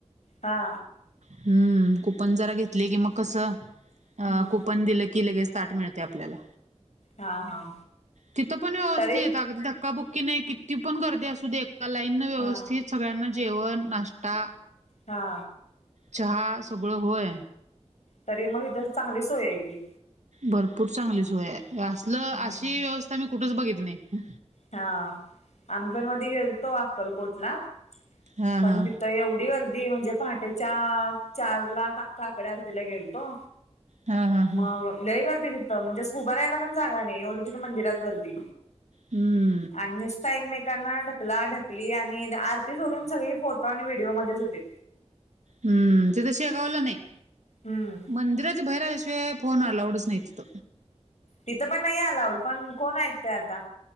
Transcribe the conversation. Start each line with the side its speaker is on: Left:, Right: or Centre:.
Left: हा.
Right: हम्म कूपन जरा घेतली की मग कसं
Left: हम्म
Right: हां कूपन दिलं की लगेच ताट मिळतय आपल्याला
Left: हा हा
Right: तिथं पण व्यवस्थित
Left: तरी
Right: अगदी धक्काबुक्की नाही, किती पण गर्दी असू देत. एका लाईंनन व्यवस्थित
Left: हा
Right: सगळ्यांना जेवण, नाश्टा
Left: हा.
Right: चहा सगळं होय.
Left: तरी मग इथ चांगली सोय हाय की.
Right: भरपूर चांगली सोय हाय. आसल
Left: हम्म
Right: अशी व्यवस्था मी कुठेच बघितली नाही.
Left: हा. आम्ही पण मधी गेलतो अक्कलकोट ला.
Right: हा
Left: पण
Right: हा
Left: तिथं एवढी गर्दी म्हणजे, पहाटेच्या चारला का काकड आरती आरतीला गेलतो.
Right: हा हा हा
Left: मग लई गर्दी तिथं म्हणजे आस उभरहायला पण जागा नाही, एवढं तीथ तर मंदिरात गर्दी.
Right: हम्म.
Left: आणि नुसता एकमेकांना ढकला ढकली आणि आरती सोडून सगळी फोटो आणि व्हिडिओमध्येच होतीत.
Right: हम्म तिथं शेगावला नाही.
Left: हम्म.
Right: मंदिराच्या बाहेर आल्याशिवाय फोन अलाउडच नाही तिथ.
Left: तिथं पण नाही अलाऊड, पण कोण ऐकतय आता?